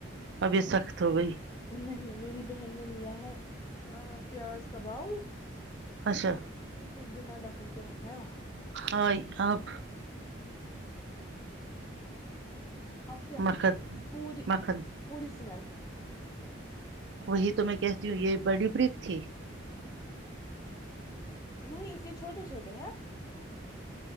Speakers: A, on the right; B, on the left.
A: اب یہ سخت ہو گئی <unintelligible>
B: نہیں میری بہن نے لیا ہے <unintelligible> ہے ا پیاز <unintelligible> کباول <unintelligible>
A: اچھا
B: اس نے بنا ڈک <unintelligible> کرن کے رکھا ہے وہاں <unintelligible>
A: ہو آب <unintelligible>
B: اب کیا
A: مکھن
B: پوری
A: مکھن
B: پوری اسمیل <unintelligible>
A: وہی تو میں کہتی ہوں یہ بڑی بریک تھی <unintelligible>
B: نہیں اسے چھوٹے چھوٹے ہیں <unintelligible>